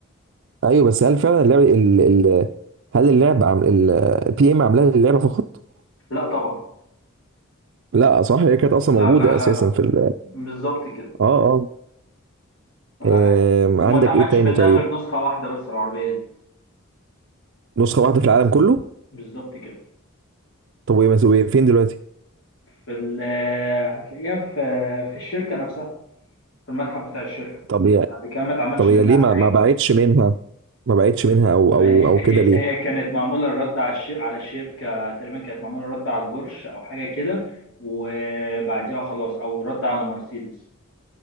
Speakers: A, on the right; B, on the left.
A: ايوه بس هل فعلا اللعبه ال... ال... هل اللعبه عم... البي ام عاملاها للعبه فقط
B: لا طبعا
A: لا صح هي كانت اصلا
B: لا
A: موجوده
B: لا لا
A: اساسا
B: لا
A: في ال...
B: بالظبط كده
A: اه آه.
B: ف...
A: آم، عندك
B: وما اتعملش
A: ايه تاني
B: منها
A: طيب
B: غير نسخة واحدة بس العربية دي
A: نسخة واحدة في العالم كله
B: بالظبط كده
A: طب وهي وهي فين دلوقتي
B: في ال... هتلاقيها في في الشركة نفسها في المتحف بتاع الشركة
A: طب هي
B: بعد كده ما اتعملش
A: طب هي
B: منها
A: ليه
B: حاجة
A: ما ما بعتش منها ما بعتش منها او
B: ما
A: او
B: هي
A: او
B: هي
A: كده ليه
B: هي كانت معموله الرد على الشر على الشركه تقريبا كانت معموله الرد على البورش او حاجه كده وبعديها خلاص او رد على مرسيدس